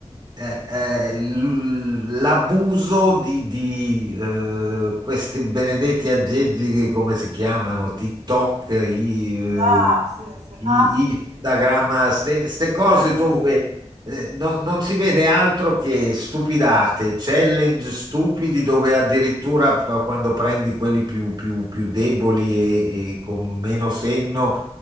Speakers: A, on the right; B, on the right.
A: eh, eh, l- l'abuso di, di, eh, questi benedetti aggeggi che come si chiamano? TikTok, i, eh,
B: Ah, sì, sì,
A: i-
B: ah, sì, sì, sì.
A: Instagram, queste cose
B: L'ant-
A: dove
B: sì,
A: eh, no- non si vede altro che stupidate, challenge stupidi dove addirittura p- quando prendi quelli più, più- più deboli e, e con meno senno